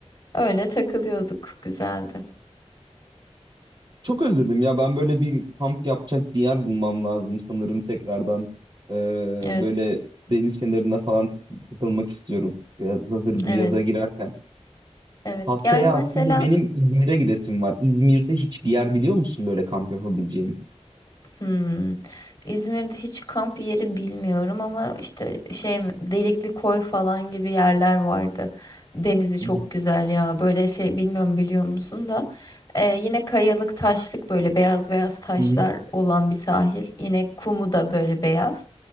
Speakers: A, on the left; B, on the right.
A: Öyle takılıyorduk. Güzeldi.
B: çok özledim ya ben böyle bir kamp yapacak bir yer bulmam lazım sanırım tekrardan. E,
A: Evet,
B: böyle deniz kenarında falan takı- takılmak istiyorum. Biraz hazır bu
A: evet,
B: yaza girerken.
A: evet.
B: Haftaya
A: Yani mesela
B: aslında benim İzmir'e gidesim var. İzmir'de hiçbir yer biliyor musun böyle kamp yapabileceğim?
A: Hmm. İzmir'de hiç kamp yeri bilmiyorum ama işte şey mi, Delikli Koy falan gibi yerler vardı. Denizi
B: Hı
A: çok güzel ya. Böyle şey bilmiyorum biliyor musun da Ee, yine kayalık taşlık böyle beyaz beyaz taşlar
B: hı.
A: olan bir sahil. Yine kumu da böyle beyaz.